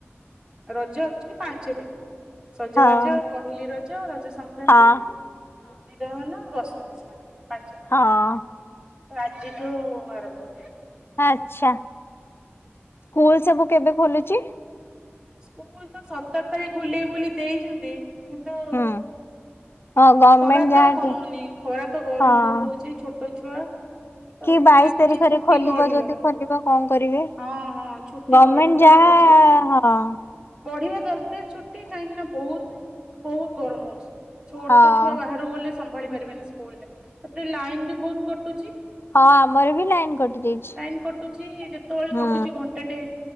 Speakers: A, on the right (about 20°); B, on the left (about 60°).
A: ରଜ ଆଚୂଆଲି ପାଞ୍ଚ ଦିନ। ସଜବାଜ
B: ହଁ ହଁ
A: ପହିଲି ରଜ ରଜ ସଂକ୍ରାନ୍ତି
B: ହଁ
A: ଭୂମି ଦହନ ବ ବସ୍ତି ସ୍ନାନ ପାଞ୍ଚ ଦିନି
B: ହଁ
A: ତ ଆଜି ଠୁ ଆରମ୍ଭ।
B: ଆଛା ସ୍କୁଲ ସବୁ କେବେ ଖୋଲୁଛି?
A: ସ୍କୁଲ ତ ସତର ତାରିଖ ଖୋଲ ବୋଲି ଦେଇଛନ୍ତି କିନ୍ତୁ
B: ହୁଁ ହଁ ଗଭର୍ଣମେଣ୍ଟ
A: ଖରା ତ
B: ଯାହା
A: କମୁନି ଖରା ତ ଗରମ
B: ହଁ
A: ବହୁତ ହଉଛି ଛୋଟ ଛୁଆ ତ
B: କି ବାଇଶି
A: ଲାଗୁଛି
B: ତାରିଖରେ
A: ଛୁଟି
B: ଖୋଲିବ
A: ବଢିବ
B: ଯଦି ଖୋଲିବ କ କରିବେ
A: ହଁ ହଁ ଛୁଟି
B: ଗମେଣ୍ଟ
A: ବଢିବ
B: ଯାହା
A: ଲାଗୁଛି
B: ହଁ।
A: ବଢିବା ଦରକାର ଛୁଟି କାହିଁକି ନା ବହୁତ ବହୁତ ଗରମ ହଉଛି। ଛୁ
B: ହଁ
A: ଛୋଟ ଛୁଆ ବାହାରକୁ ଗଲେ ସମ୍ଭାଳି ପାରିବେନି ସ୍କୁଲରେ ତାପରେ ଲାଇନ ବି ବହୁତ କଟୁଛି
B: ହଁ ଆମର ବି ଲାଇନ କଟି ଯାଇଛି।
A: ଲାଇନ୍ କଟୁଛି ଯେତେବେଳେ
B: ହୁଁ
A: କଟୁଛି ଘଣ୍ଟା ଟେ